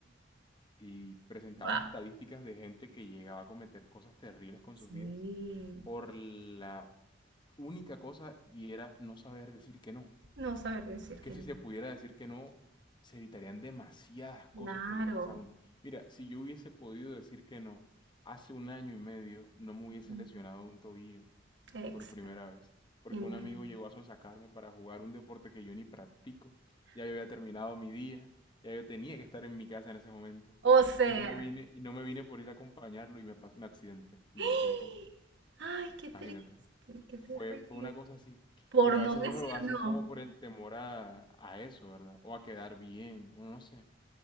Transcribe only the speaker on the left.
Y presentaba
estadísticas de gente que llegaba a cometer cosas terribles con sus
vidas por la única cosa y era no saber decir que no.
Es que
si
se pudiera decir que no, se evitarían demasiadas cosas
que le pasa a uno. Mira, si yo hubiese podido decir que no hace un año y medio, no me hubiese
lesionado un tobillo
por primera vez, porque
un amigo llegó a sonsacarme para jugar un deporte que yo ni practico. Ya yo había terminado mi día, ya yo tenía que estar en mi casa en ese momento.
Y no me vine, y no me vine por ir a acompañarlo y me, pas- me accidenté. Y
yo quedé como
Imagínate.
Fue,
fue una cosa así.
Pero
a veces uno
lo hace
es como por el temor a, a eso, ¿verdad? O a quedar bien, uno no sé.